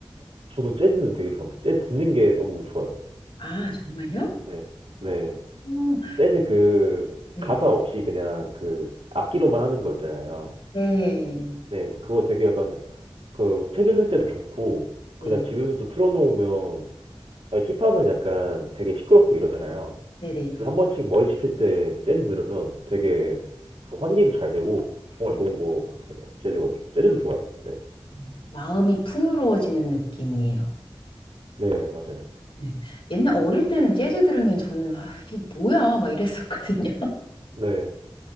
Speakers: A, on the right; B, on the left.
A: 저도 재즈는 되게 좋아합니다. 재즈 듣는 게 너무 좋아요.
B: 아, 정말요?
A: 네, 네.
B: 음,
A: 재즈 그
B: 네.
A: 가사 없이 그냥 그 악기로만 하는 거 있잖아요.
B: 네.
A: 네, 그거 되게 약간 그 책 읽을 때도 좋고
B: 네.
A: 그냥 집에서도 틀어놓으면 힙합은 약간 되게 시끄럽고 이러잖아요.
B: 네, 네.
A: 그래서 한 번씩 머리 식힐 때 재즈 들으면 되게 그 환기도 잘 되고 정말
B: 음,
A: 좋은 거 같아요. 재즈가 요즘. 재즈도 좋아요. 네,
B: 음, 마음이 풍요로워지는 느낌이에요.
A: 네 맞아요.
B: 네. 옛날 어릴 때는 재즈 들으면 저는 아, 이게 뭐야? 막 이랬었거든요. <laughs>
A: 네.